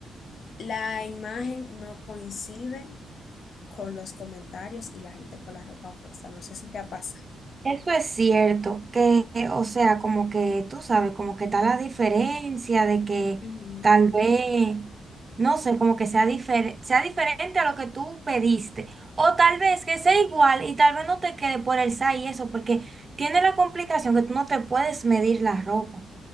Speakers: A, on the left; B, on the right.
A: La imagen no coincide con los comentarios y la gente con la ropa puesta. No sé si te ha pasado.
B: Eso es cierto, que, o sea, como que tú sabes, como que está la diferencia de que
A: Ujú.
B: tal vez, no sé, como que sea, difer- sea diferente a lo que tú pediste, o tal vez que sea igual y tal vez no te quede por el SAI y eso, porque tiene la complicación que tú no te puedes medir la ropa.